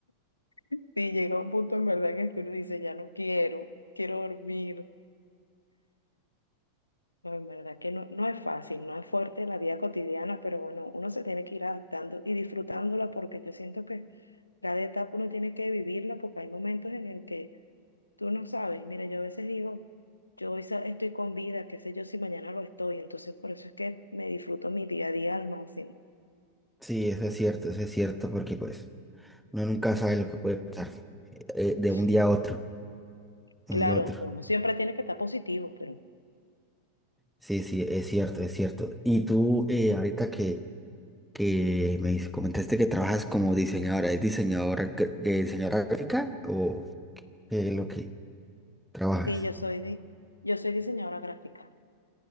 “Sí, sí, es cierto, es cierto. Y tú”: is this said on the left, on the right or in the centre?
Centre